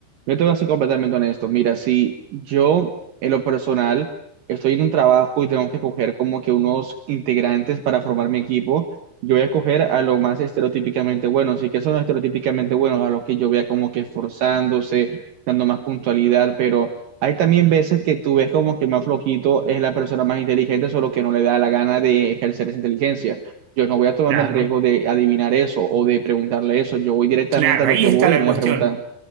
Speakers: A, on the right; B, on the right.
A: yo te voy a ser completamente honesto. Mira, si yo en lo personal estoy en un trabajo y tengo que coger como que unos integrantes para formar mi equipo, yo voy a coger a lo más estereotípicamente buenos. ¿Y que son los estereotípicamente buenos? A los que yo vea como que esforzándose, dando más puntualidad, pero... Hay también veces que tú ves como que el más flojito es la persona más inteligente, solo que no le da la gana de ejercer esa inteligencia. Yo no voy a tomarme
B: Claro,
A: el riesgo de adivinar eso o de preguntarle eso. Yo voy directamente
B: claro,
A: a lo
B: ahí
A: que
B: está
A: voy
B: la
A: y no voy
B: cuestión.
A: a preguntar.